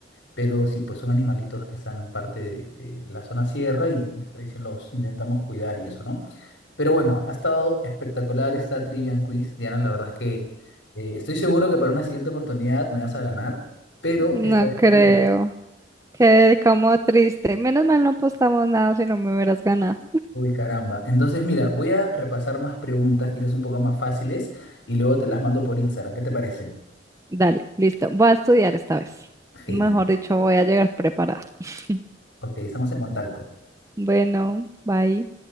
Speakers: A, on the left; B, on the right.
A: Pero sí, pues son animalitos que están en parte de, de la zona sierra y ahí se los intentamos cuidar y eso, ¿no? Pero bueno, ha estado espectacular esta Trivia and Quiz, Diana. La verdad es que eh, estoy seguro que para una siguiente oportunidad me vas a ganar, pero
B: no
A: esta vez
B: creo.
A: ha sido...
B: Quedé como triste. Menos mal no apostamos nada si no me hubieras ganado.
A: Uy, caramba. Entonces, mira, voy a repasar más preguntas, quizás un poco más fáciles, y luego te las mando por Instagram. ¿Qué te parece?
B: Dale, listo. Voy a estudiar esta vez.
A: Genial.
B: Mejor dicho, voy a llegar preparada. <laughs>
A: Ok, estamos en contacto.
B: Bueno, bye.